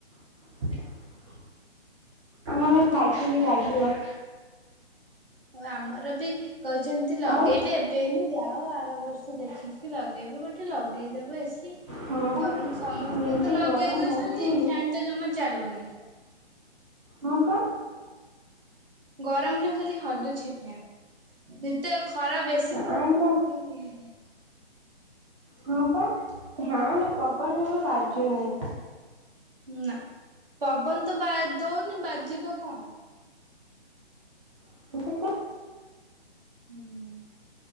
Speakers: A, on the right; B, on the right.
A: <inaudible> ଆମ ଘରେ ଲାଗିନି ଲାଗିବ।
B: ଓଉ ଆମରବି କହିଚନ୍ତି ଲଗେଇବେ
A: ଆଉ
B: ପେନି ଯାଅ ଆର ବର୍ଷ ଦେଖିକି ଲଗେଇବେ ଗୋଟେ ଲଗେଇଦେବେ ଏ ସି।
A: ହଁ ବା
B: ଗରମ ସମସ୍ତେତ
A: ଯେମିତି
B: ଲଗେଇ
A: ଗରମ
B: ଦଉଛନ୍ତି
A: ହଉଛି
B: ଫ୍ୟାନତ ଜମା ଚାଲୁନି।
A: ହଁ ପା।
B: ଗରମ ରେ ଖାଲି ହଲୁଚି ଫ୍ୟାନ୍ ଯେତେ ଖରା ବେଶୀ
A: ଫ୍ୟାନ୍
B: ପଡୁଚି
A: ର
B: ସେତିକି ହୁ ହଁ।
A: ହଁ ପା ଫ୍ୟାନ ପବନ ଜମା ବାଜୁନି।
B: ନା। ପବନ ତ ବା ଦଉନି ବାଜିବ କଣ?
A: <unintelligible>
B: ହୁଁ